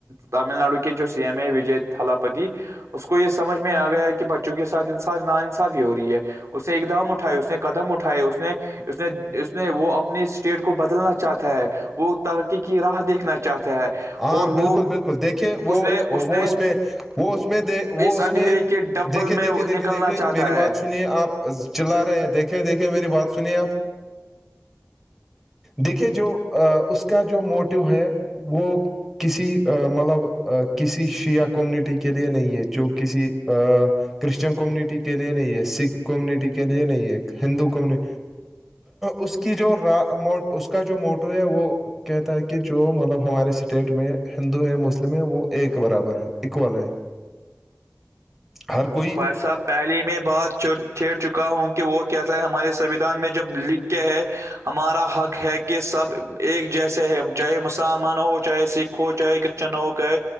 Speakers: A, on the right; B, in the centre.
A: تامل ناڈو کے جو سی ایم ا وجے تھلاپتی اس کو یہ سمجھ میں آ گیا کہ بچوں کے ساتھ انصاف ناان انصافی ہو رہی ہے اس نے اقدام اٹھائے اس نے قدم اٹھائے اس نے اس نے اس نے وہ اپنے اسٹیٹ کو بدلنا چاہتا ہے وہ ترقی کی راہ دیکھنا چاہتا ہے
B: ہاں
A: اور
B: بالکل
A: وہ
B: بالکل دیکھیے وہ
A: اس نے نے
B: وہ اس میں وہ اس میں د وہ اس
A: اندھیرے
B: میں
A: کے ڈبل
B: دیکھے
A: میں
B: دیکھے دیکھے
A: نکلنا
B: دیکھے
A: چاہتا
B: میری
A: ہے
B: بات سنیے آپ چلا رہے ہیں دیکھے کیا دیکھے میری بات سنیے آپ دیکھیے جو اس کا جو موٹو ہے وہ کسی مطلب کسی شیعہ کمیونٹی کے لیے نہیں ہے جو کسی کرشچن کمیونٹی کے لیے نہیں ہے سکھ کمیونٹی کے لیے نہیں ہے ہندو کمیون اس کی جو ر اس کا جو موٹو ہے وہ کہتا ہے کہ جو مطلب ہمارے اسٹیٹ میں ہندو ہے مسلم ہے وہ ایک برابر ہے اکول ہے
A: <inaudible>
B: ہر کوئی
A: با صاحب پہلیے میں بات چھیڑ چکا ہوں کہ وہ کیا تھا ہمارے سویدھان میں جب لٹ کیا ہے ہمارا حق ہے کہ کہ سب ایک جیسے ہے چاہے مسلمان ہو چاہے سکھ ہو چاہے کرشچن ہوے